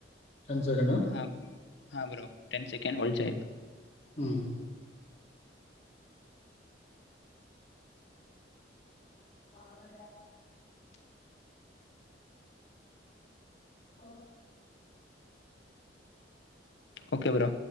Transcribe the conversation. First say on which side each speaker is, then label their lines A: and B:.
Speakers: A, on the left; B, on the left.
A: టెన్ సెకండ్
B: బ్ర బ్రో టెన్ సెకం ఒజాయి బ్ర
A: అ అ ఓ
B: ఓకే బ్రో